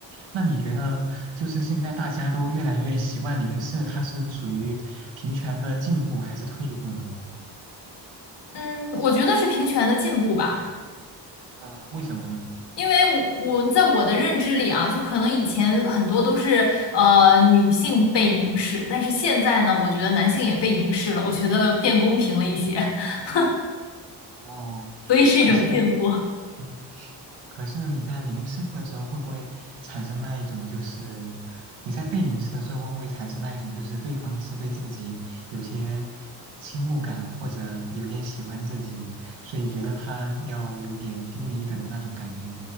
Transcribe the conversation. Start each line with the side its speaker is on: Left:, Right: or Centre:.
Right: 那你觉得就是现在大家都越来越习惯凝视，它是属于平权的进步还是退步呢？
Left: 嗯，我觉得是平权的进步吧。
Right: 嗯、为什么呢？
Left: 因为我我在我的认知里啊，就可能以前很多都是呃女性被凝视，但是现在呢，我觉得男性也被凝视了，我觉得变公平了一些，<laughs>
Right: 哦，
Left: 所以是一种进步。
Right: 可是嗯。可是你在凝视的时候，会不会产生那一种就是你在被凝视的时候，会不会产生那一种就是对方是对自己有些倾慕感，或者有点喜欢自己，所以觉得他要有一点低你一等的那种感觉，